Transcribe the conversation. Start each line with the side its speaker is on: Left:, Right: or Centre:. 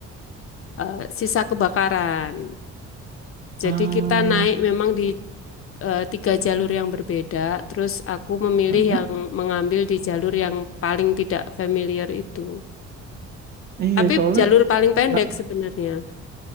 Left: eh, sisa kebakaran. Jadi
Right: ah,
Left: kita naik memang di eh, tiga jalur yang berbeda. Terus aku memilih
Right: heeh.
Left: yang mengambil di jalur yang paling tidak familiar itu.
Right: Iya
Left: Tapi
Right: soalnya
Left: jalur paling pendek
Right: la-
Left: sebenarnya.